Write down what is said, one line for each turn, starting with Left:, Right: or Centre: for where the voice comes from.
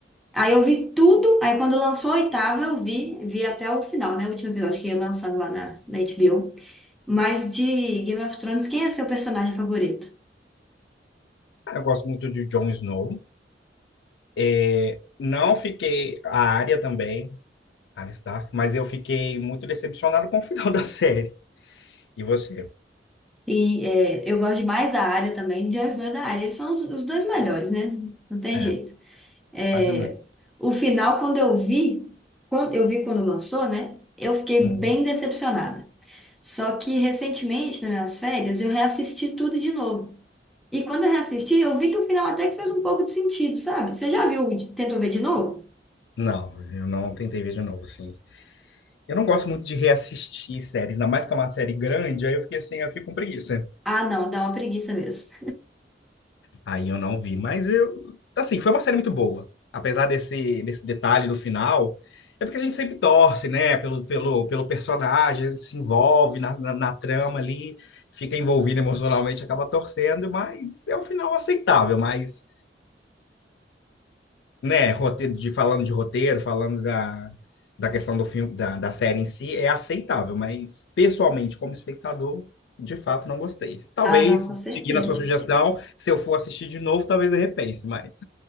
Centre: Aí eu vi tudo, aí quando lançou a oitava eu vi, vi até o final, né? O último episódio que ia lançando lá na, na HBO. Mas de Game of Thrones, quem é seu personagem favorito?
Left: Eu gosto muito de Jon Snow. É, não fiquei a área também, Arya Stark, mas eu fiquei muito decepcionado com o final <laughs> da série. E você?
Centre: E é, eu gosto demais da área também, de Jon Snow e da área. Eles são os, os dois melhores, né? Não tem
Left: É,
Centre: jeito. É,
Left: quase não.
Centre: o final, quando eu vi, quando eu vi quando lançou, né? Eu fiquei
Left: Uhum.
Centre: bem decepcionada. Só que recentemente, nas minhas férias, eu reassisti tudo de novo. E quando eu reassisti, eu vi que o final até que fez um pouco de sentido, sabe? Você já viu, tentou ver de novo?
Left: Não, eu não tentei ver de novo, assim. Eu não gosto muito de reassistir séries, ainda mais que é uma série grande, aí eu fiquei assim, eu fico com preguiça.
Centre: Ah, não, dá uma preguiça mesmo.
Left: Aí eu não vi, mas eu, assim, foi uma série muito boa. Apesar desse, desse detalhe do final, é porque a gente sempre torce, né, pelo, pelo, pelo personagem, a gente se envolve na, na, na trama ali, fica envolvido emocionalmente, acaba torcendo, mas é um final aceitável, mas, né, roteiro, de, falando de roteiro, falando da, da questão do filme, da, da série em si, é aceitável, mas pessoalmente, como espectador, de fato não gostei. Talvez,
Centre: Ah, não, com certeza.
Left: seguindo a sua sugestão, se eu for assistir de novo, talvez eu repense, mas...